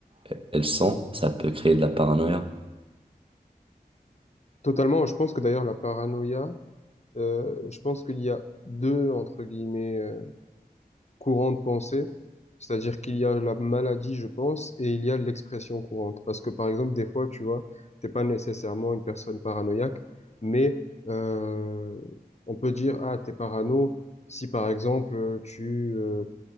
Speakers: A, on the right; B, on the left.
A: euh, elles sont, ça peut créer de la paranoïa.
B: totalement. Je pense que d'ailleurs, la paranoïa, euh, je pense qu'il y a deux, entre guillemets, euh, courant de pensée, c'est-à-dire qu'il y a la maladie, je pense, et il y a l'expression courante. Parce que par exemple, des fois, tu vois, t'es pas nécessairement une personne paranoïaque, mais euh, on peut dire, ah, t'es parano si par exemple tu euh,